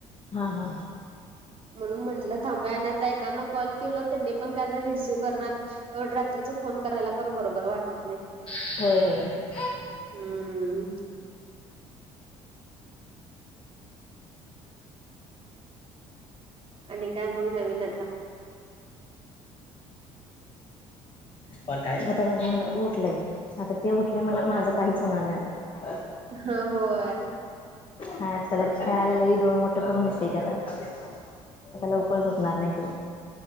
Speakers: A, on the left; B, on the right.
A: हा. हा
B: म्हणून म्हटलं थांब आणि आता एकाना कॉल केल. त्यांनी पण काय रिसीव करणार. रात्रीचा फोन करायला. पण बरोबर वाटत नाही.
A: होय. होय
B: हम्म आणि काय मग नवीन आता
A: आता म्हझे म्हला उठलंय. आता ते उठले म्हला माझं काहीच होणार नाही. आता
B: हा. होय.
A: हा चला खेळायला लई डोळे मोठं करून बसते. ते आता त्याला लवकर झोपणार नाही. तो.